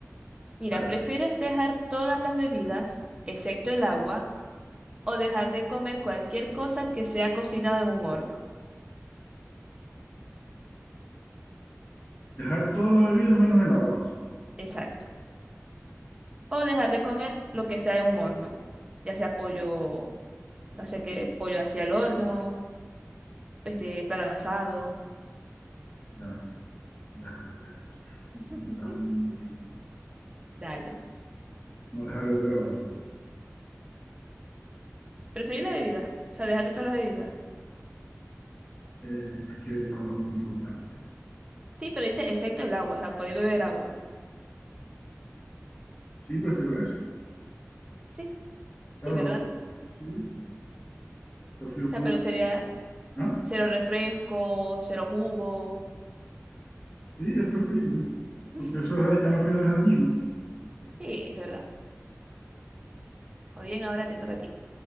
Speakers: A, on the right (about 20°); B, on the left (about 35°).
A: Mira,
B: dale.
A: ¿prefieres dejar todas las bebidas, excepto el agua, o dejar de comer cualquier cosa que sea cocinada en un horno?
B: Dejar todas las bebidas menos el agua.
A: Exacto. o dejar de comer lo que sea en un horno, ya sea pollo, no sé qué, pollo hacia el horno, este, plátano asado.
B: Ya, déjame ver.
A: <laughs>
B: Pensar un momentico.
A: Dale.
B: No dejar de beber agua.
A: Preferir la bebida, o sea, dejar de todas las bebidas.
B: Eh, es que el agua es muy importante.
A: Sí, pero dice excepto el agua, o sea, podéis beber agua.
B: Sí, prefiero eso.
A: Sí,
B: Claro,
A: sí, ¿verdad?
B: sí, prefiero
A: O
B: poder.
A: sea, pero sería
B: Ah,
A: cero refresco, cero jugo.
B: sí, es preferible.
A: <laughs>
B: Porque eso es dañado al final es dañino.
A: Sí, es verdad. O bien, ahora te toca a ti.